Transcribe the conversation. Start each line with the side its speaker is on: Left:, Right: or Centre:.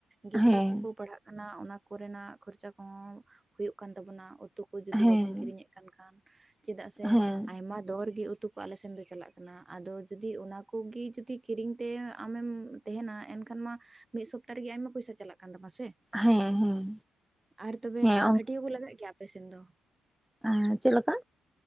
Right: ᱜᱤᱫᱽᱨᱟᱹ
Centre: ᱦᱮᱸ ᱦᱮᱸ
Right: ᱠᱚᱠᱚ ᱯᱟᱲᱦᱟᱜ ᱠᱟᱱᱟ ᱚᱱᱟ ᱠᱚ ᱨᱮᱱᱟᱜ ᱠᱷᱚᱨᱪᱟ ᱠᱚᱦᱚᱸ ᱦᱩᱭᱩᱜ ᱠᱟᱱ ᱛᱟᱵᱚᱱᱟ, ᱩ ᱛᱩ ᱠᱚ ᱡᱩᱫᱤ
Centre: ᱦᱮᱸ
Right: ᱵᱟᱵᱚᱱ ᱠᱤᱨᱤᱧ ᱮᱫ ᱠᱟᱱ ᱠᱷᱟᱱ, ᱪᱮᱫᱟᱜ ᱥᱮ
Centre: ᱦᱮᱸ
Right: ᱟᱭᱢᱟ ᱫᱚᱨ ᱜᱮ ᱩᱛᱩ ᱠᱚ ᱟᱞᱮ ᱥᱮᱱ ᱞᱮ ᱪᱟᱞᱟᱜ ᱠᱟᱱᱟ᱾ ᱟᱫᱚ ᱡᱩᱫᱤ ᱚᱱᱟ ᱠᱚ ᱠᱩᱜᱤ ᱡᱩᱫᱤ ᱠᱤᱨᱤᱧ ᱛᱮ ᱟᱢᱮᱢ ᱛᱮᱦᱮᱱᱟ, ᱮᱱᱠᱷᱟᱱ ᱢᱟ ᱢᱤᱫ ᱥᱚᱯᱛᱟ ᱨᱮᱜᱮ ᱟᱭᱢᱟ ᱯᱚᱭᱥᱟ ᱪᱟᱞᱟᱜ ᱠᱟᱱ ᱛᱟᱢᱟ ᱥᱮ᱾
Centre: ᱦᱮᱸ ᱦᱮᱸ ᱦᱮᱸ
Right: ᱟᱨ ᱛᱚᱵᱮ
Centre: ᱦᱮᱸ
Right: ᱦᱟᱹᱴᱤᱭᱟᱹ ᱠᱚ ᱞᱟᱜᱟᱜ ᱜᱮᱭᱟ ᱟᱯᱮ ᱥᱮᱱ ᱫᱚ?
Centre: ᱟᱸ ᱪᱮᱫ ᱞᱮᱠᱟ?